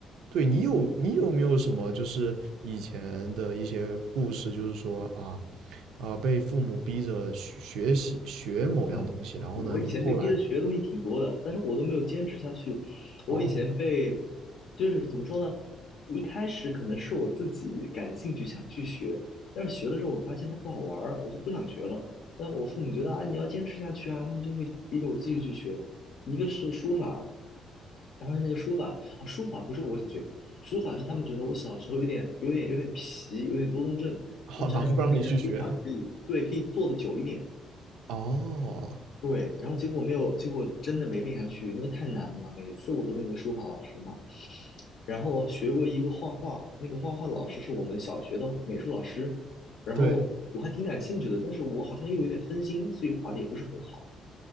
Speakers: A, on the right; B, on the left.
A: 对你有你有没有什么就是以前的一些故事，就是说啊啊被父母逼着学学习学某样东西，
B: 哎，
A: 然后呢你后来
B: 我以前被逼着学的东西挺多的，但是我都没有坚持下去。我以前被，
A: 哦，
B: 就是怎么说呢？一开始可能是我自己感兴趣想去学，但是学了之后我发现它不好玩儿，我就不想学了。但我父母觉得啊，你要坚持下去啊，他们就会逼着我继续去学。一个是书法，当时那个书法，哦，书法不是我想学，书法是他们觉得我小时候有点、有点、有点皮，有点多动症，
A: 好，
B: 他们想让我练练书法，
A: 然后就让你去学
B: 可以，对，可以坐的久一点。
A: <laughs> 哦，
B: 对，然后结果没有，结果真的没练下去，因为太难了。每次我都被那个书法老师骂。然后学过一个画画，那个画画的老师是我们小学的美术老师，然后我还挺感兴趣的，
A: 对
B: 但是我好像又有点分心，所以画的也不是很好。